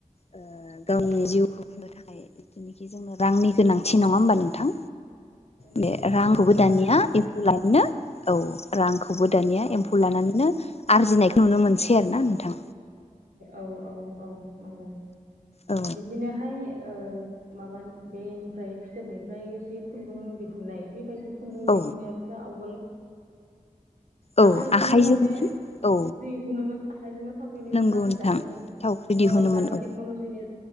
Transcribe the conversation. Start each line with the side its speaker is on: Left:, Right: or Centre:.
Left: ओ गावनि
Right: औ
Left: जिउखौ खुंनो थाखाय जिथुनोखि जोंनो रांनि गोनांथि
Right: औ
Left: नङा होमबा नोंथां
Right: नंगौ
Left: बे
Right: नंगौ
Left: रांखौबो
Right: रांनि
Left: दानिया
Right: गोनांथि जोंहा
Left: एफुलायनो औ रांखौबो दानिया
Right: औ
Left: एम्फौ लानानैनो आरजिनायखौ
Right: औ
Left: नुनो मोनसै आरोना
Right: औ
Left: नोंथां
Right: औ औ औ नांगौ
Left: औ
Right: बिदिनोहाय ओ माबा बेनिफ्राय फिथोबनिफ्राय एसे खुन्दुं दिहुननाय बेबायदि खुन्दुं
Left: औ
Right: दिहुननायाबोथ' आवगोल
Left: औ
Right: आखाइजोंनो
Left: आखाइजोंमोन
Right: माने
Left: औ
Right: दै हुनोमोन आखाइजोंनो थावख्रि बुयोमोन
Left: नंगौ
Right: नाथाय
Left: नोंथां
Right: दानि
Left: थावख्रि
Right: जुगाव
Left: दिहुनोमोन
Right: दानि
Left: औ
Right: टेक्न'ल'जिनि